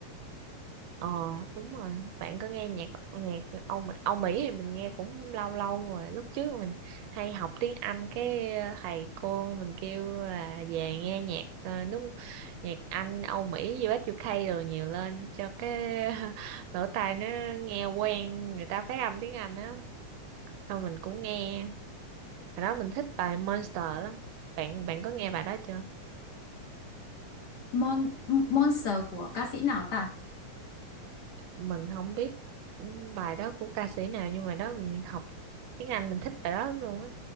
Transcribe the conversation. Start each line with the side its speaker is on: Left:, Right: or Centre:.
Right: ờ đúng rồi bạn có nghe nhạc nhạc Âu Mỹ Âu Mỹ thì mình nghe cũng lâu lâu rồi lúc trước mình hay học tiếng Anh cái ờ, thầy cô mình kêu là về nghe nhạc ờ, nước nhạc Anh Âu Mỹ US UK rồi nhiều lên cho cái <laughs> lỗ tai nó nghe quen người ta phát âm tiếng Anh á xong mình cũng nghe Hồi đó mình thích bài Monster lắm. Bạn bạn có nghe bài đó chưa?
Left: Mon Monster của ca sĩ nào ta?
Right: Mình không biết bài đó của ca sĩ nào nhưng mà đó mình học tiếng Anh mình thích bài đó lắm luôn á.